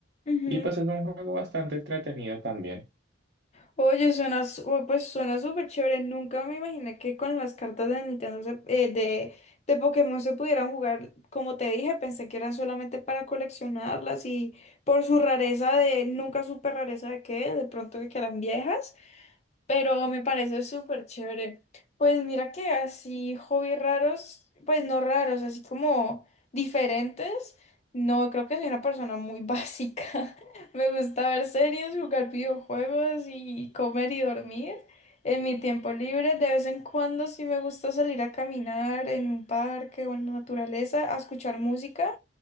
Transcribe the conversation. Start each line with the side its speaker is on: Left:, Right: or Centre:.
Left: ujú.
Right: Y pues es un juego bastante entretenido también.
Left: Oye, suena, su- o- pues suena súper chévere. Nunca me imaginé que con las cartas de Nintendo, se- eh, de, de Pokémon se pudieran jugar. Como te dije, pensé que eran solamente para coleccionarlas y por su rareza de, nunca supe rareza de qué, de pronto de que eran viejas pero me parece súper chévere. Pues mira que así hobbies raros, pues no raros, así como diferentes. No, creo que soy una persona muy básica. <laughs> Me gusta ver series, jugar videojuegos y comer y dormir. En mi tiempo libre, de vez en cuando sí me gusta salir a caminar en un parque o en la naturaleza, a escuchar música.